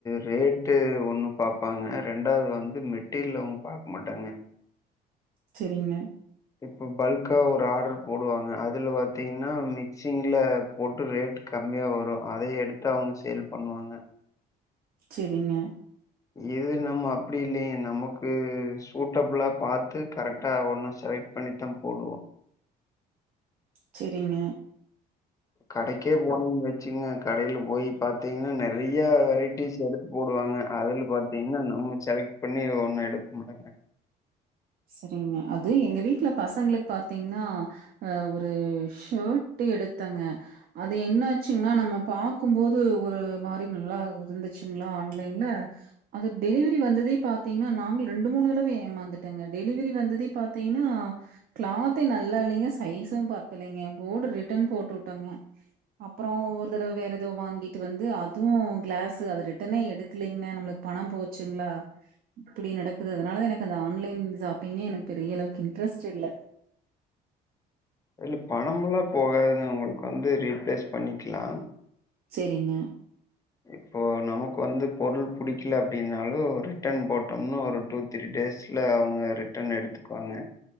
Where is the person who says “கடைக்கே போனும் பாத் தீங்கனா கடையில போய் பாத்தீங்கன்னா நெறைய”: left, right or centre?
Left